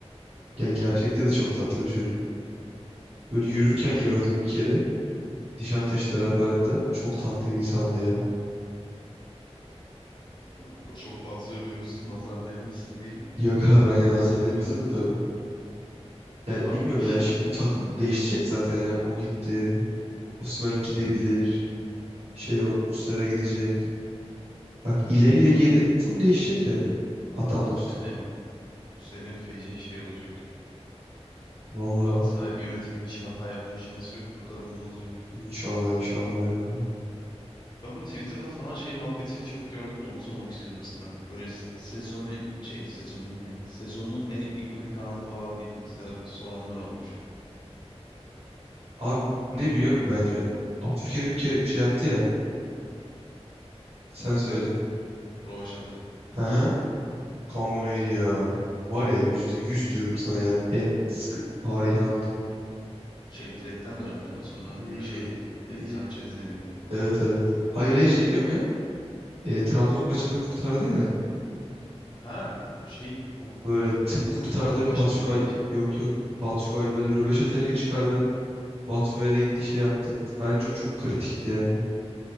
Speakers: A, on the right; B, on the left.
A: Ya gerçekte de çok tatlı bir çocuk. Böyle
B: Valla
A: yürürken
B: maşallah.
A: gördüm bir kere. Nişantaşı taraflarında. Çok tatlı bir insandı ya.
B: Vallahi o kadar Çok fazla övüyoruz. <laughs> Nazar değmesin diyelim.
A: Yok abi ben yani Hasan'ı de tabii. Ya
B: Abi
A: bilmiyorum
B: şey
A: yani şimdi takım değişecek zaten ya. O gitti. Osimhen gidebilir. Şey ol, Muslera gidecek. Bak ileriyle
B: valla
A: geri full değişecek yani. Atanla
B: bu
A: tutan.
B: sene bu sene feci şey olacak.
A: Valla.
B: Galatasaray yönetimin hiç hata yapma şansı yok. Bakalım ne olacak.
A: İnşallah inşallah ya.
B: Ben bu Twitter'da falan şey muhabbetini çok gördüm de onu sormak istiyordum sana. Böyle se- sezonun şey sezonun ne? Sezonun en ikonik anı falan deyip mesela soranlar olmuş.
A: Abi ne biliyor musun bence? Abdülkerim bir kere şey yaptı ya. Sen söyle.
B: Rovaşata.
A: Hı hı. Kango neydi ya? Var ya yüzde yüz diyorum sana yani en sıkı tarihi andı.
B: Şey direkten dönen değil mi? Sonra
A: Hmm.
B: şey e,
A: Hı hı.
B: Sanchez deniyordu falan.
A: Evet evet. Hayır hayır şey diyorum ya. E, Trabzon maçında kurtardı ya.
B: Ha şey on-
A: Böyle
B: ki
A: tık
B: ben de
A: kurtardı
B: Rovaşata
A: Batshuayi.
B: deyince onu-
A: Yok yok. Batshuayi böyle röveşatayla çıkardı. Batshuayi de gitti şey yaptı. Bence o çok kritikti yani.